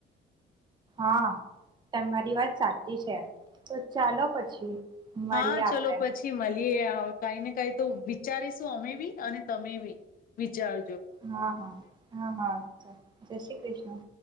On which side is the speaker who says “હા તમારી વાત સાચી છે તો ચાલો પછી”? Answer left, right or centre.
Right